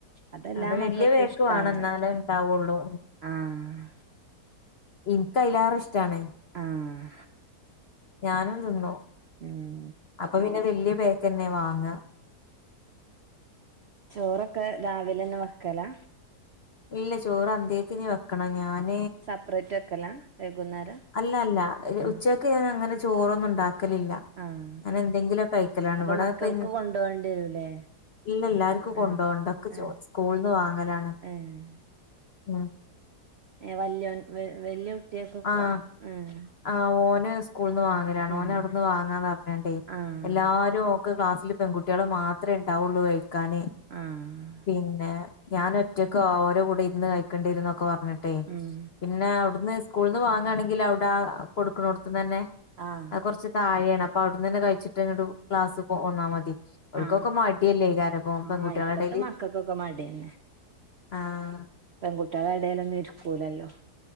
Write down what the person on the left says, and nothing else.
അത് വലിയ
പേക്ക്
വാണം ന്നാലും ണ്ടവുള്ളൂ
ഇൻക്ക് ആയിലെറേ ഇഷ് ഇഷ്ട്ടണ്
ഞാനും തിന്നും
അപ്പൊ പിന്നെ വലിയ പേക്ക് ന്നെ വാങ്ങ
ഇല്ല ചോറ് അന്തേക്ക വെ വെക്കണമ് ഞാൻ,
അല്ല അല്ല
ഉച്ചക്ക് ഇപ്പം അങ്ങനെ ചോറന്ന ഉണ്ടാക്ക കഴിക്കലില്ല
അങ്ങനെ എന്തെങ്കിലും കഴിക്കലാണ്
ഇവിടെ
പി
ഇല്ല എല്ലാർക്കും കൊണ്ടപോണ്ടൊക്കെ
സ്കൂളന്ന് വാങ്ങലാണ്
ഉം
ആഹ്
ആഹ് ഓന് സ്കൂളിൽ നിന്ന് വാങ്ങലാണ്
ഓന അവിടുന്ന് വാങ്ങാന്ന് പറഞ്ഞണ്ടേ
എല്ലാരും ക്ലാസ്സില് പെൺകുട്ട്യൾ മാത്രമേ ഉണ്ടാവുള്ളു കഴിക്കാന്
പിന്നെ ഞാൻ ഒറ്റക്ക് ഓരോ കൂടെ ഇരുന്ന് കഴക്കേണ്ടിരുന്നൊക്കെ പറഞ്ഞിട്ടെ
പിന്നെ അവിടുന്ന് സ്കൂളന്ന് വാങ്ങാണെങ്കിൽ അവിടെ കൊടുക്ക്ണോത്ത്ന്നെ
കുറച്ച് താഴെയാണ് അപ്പൊ അവിടുന്ന്ന്നെ കഴിച്ചിട്ട് ങ്ങട്ട് ക്ലാസ് പോന്നാ മതി ഒക്കൊക്കെ
മടിയല്ലേഈ കാരം ഓം പെണ്ണ്കുട്ടിളെ
എടയിൽ
ആഹ്